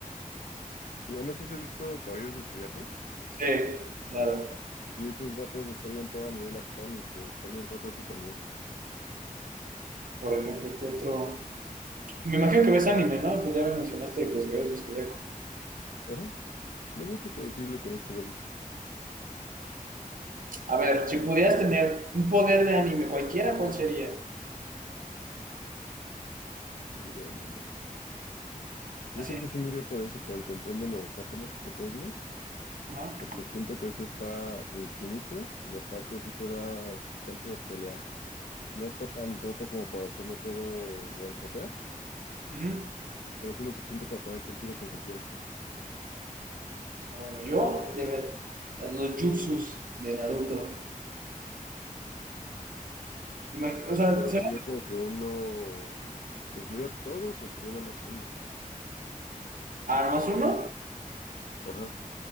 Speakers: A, on the left; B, on the right.
A: Digo, no sé si has visto Caballeros del Zodíaco.
B: Sí, claro.
A: Sí, esos vatos destruyen todo a nivel atómico, está bien roto eso también.
B: Por ejemplo, ¿qué otro? Me imagino que ves anime, ¿no? Pues ya me mencionaste que los que ves los zodiaco.
A: Ajá, no mucho, pero sí le conozco varios
B: A ver, si pudieras tener un poder de anime, cualquiera, ¿cuál sería?
A: de anime. Yo
B: Así
A: creo
B: de...
A: que sí miré por eso, por el control de los átomos tipo cosmos,
B: Ajá.
A: porque siento que eso está infinito y aparte así te da chance de pelear. No está tan roto como para hacerlo todo one-shotear
B: ujú.
A: pero sí lo suficiente para ponerte el tiro con cualquiera.
B: Ah, Bueno, yo, de ver, los jutsus de Naruto. Imag- o sea,
A: Pero
B: ¿se-
A: sería como que uno... ¿Se incluye a todos o sería nada más uno?
B: ah, nomás uno.
A: Ajá.